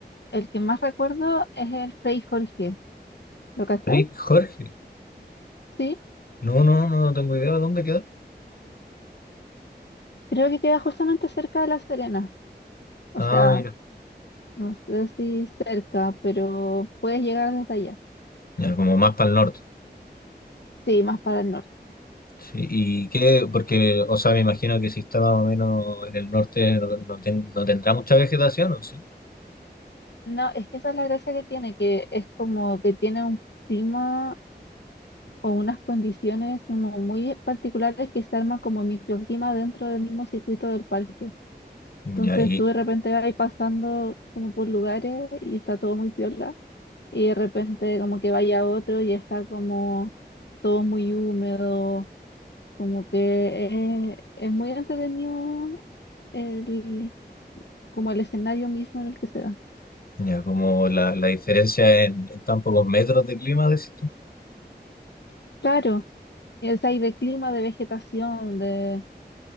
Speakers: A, on the left; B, on the left.
A: el que más recuerdo es el Frei Jorge, ¿lo cacháis?
B: Pri- Jorge.
A: Sí,
B: No, no, no, no tengo idea de dónde queda.
A: creo que queda justamente cerca de La Serena, o
B: Ah,
A: sea,
B: mira.
A: No sé si cerca, pero puedes llegar desde allá.
B: Ya, como más para el norte.
A: Sí, más para el norte.
B: Sí, y qué, porque, o sea, me imagino que si está más o menos en el norte no, no ten- no tendrá mucha vegetación, ¿o sí?
A: No, es que esa es la gracia que tiene, que es como que tiene un clima o unas condiciones como muy particulares que se arman como microclima dentro del mismo circuito del parque.
B: Ya,
A: Entonces
B: y
A: tú de repente vas pasando como por lugares y está todo muy piola y de repente como que vaya a otro y está como todo muy húmedo, como que es, es muy entretenido el como el escenario mismo en el que se da.
B: ya, como la, la diferencia en, en tan pocos metros de clima, decís tú.
A: Claro, es ahí de clima, de vegetación, de,